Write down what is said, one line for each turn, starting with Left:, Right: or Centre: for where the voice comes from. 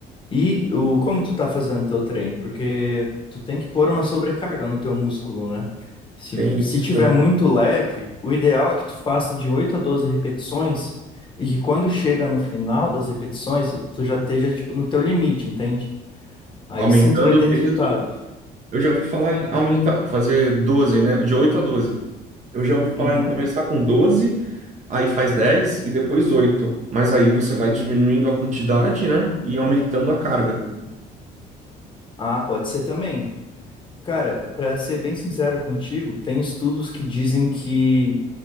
Left: E o, como tu tá fazendo teu treino? Porque tu tem que pôr uma sobrecarga no teu músculo, né? Se,
Right: Tem
Left: se
Right: isso
Left: tiver
Right: também.
Left: muito leve, o ideal é que tu faça de 8 a 12 repetições e que quando chega no final das repetições, tu já esteja, tipo, no teu limite, entende? Aí
Right: Aumentando
Left: sim tu vai ter
Right: o
Left: resultado.
Right: peso Eu já ouvi falar em aumentar, fazer 12, né? De 8 a 12. Eu já ouvi falar
Left: Uhum.
Right: em começar com 12, aí faz 10 e depois 8. Mas aí você vai diminuindo a quantidade, né? E aumentando a carga.
Left: Uhum. Ah, pode ser também. Cara, pra ser bem sincero contigo, tem estudos que dizem que